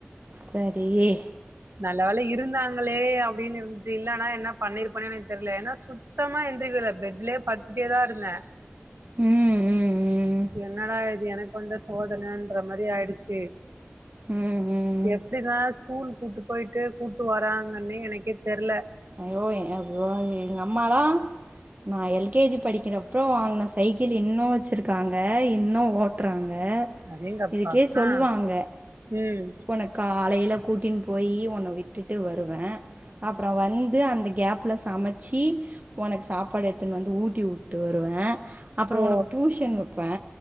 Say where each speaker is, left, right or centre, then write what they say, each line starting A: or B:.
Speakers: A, on the right; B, on the right.
A: சரி ஏ
B: நல்ல வோல இருந்தாங்களே அப்படின்னு இருந்துச்சு இல்லனா என்ன பண்ணிருப்பன்னே எனக்கு தெரியல ஏன்னா சு சுத்தமா எந்திரிக்கல பெட்லயே படுத்துட்டேதா இருந்தே
A: ம் ம்
B: என்னடா இது எனக்கு வந்த சோதனைன்ற மாரி ஆயிடுச்சு
A: ம் ம் ம்
B: எப்படிதா ஸ்கூல் கூப்ட்டு போயிட்டு கூப்ட்டு வராங்கன்னு எனக்கே தெரியல
A: அய்யோ ஏ அ விவா எ எங்கம்மாலா நா எல் கே ஜி படிக்கிறப்பறோ வாங்கின சைக்கிள் இன்னு வச்சுருக்காங்க இன்னு ஓட்றாங்க
B: அடேங்கப்பா
A: இதுக்கே சொல்வாங்க
B: ஆ ம்
A: ஒனக் காலையில கூட்டின்னு போய் ஒன்ன விட்டுட்டு வருவே அப்பற வந்து அந்த கேபல சமச் சி ஒனக்கு சாப்பாடு எடுத்துன்னு வந்து ஊட்டி விட்டு வருவே அப்பறோ
B: ஓ
A: ஒனக்கு டியூஷன் வைப்பே